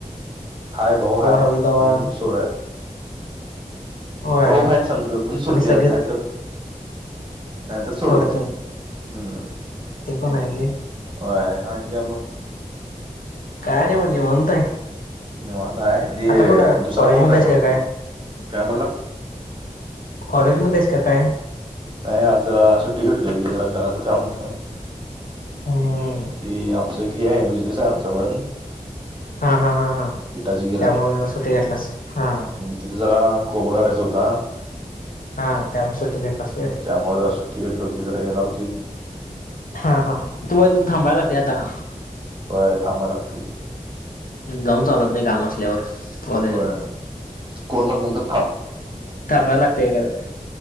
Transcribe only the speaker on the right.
हाय भाऊ हाय
म्हणून सोडा.
तो काय समजल, पोलीस सोडतीयात
नाहीतर नाही आता सोडत्यात.
हम्म
ओए आणि काय मग.
निवांत आहे. ते
दुसरा
भाऊ काय
करतोय
मग? काय म्हणालास?
नाही आज जरा सुट्टी घेतली होती मी. जरा घराचं काम होतं.
ते आमचं घे आहे. बिझनेस आहे आमचा पण.
पिठाची
तिथ जरा कोबा करायचा होता.
अन् त्यामुळे जरा सुट्टी घेतली होती. ती जरा येणार होती.
होय थांबाव लागती.
होय कोणना फोन ता?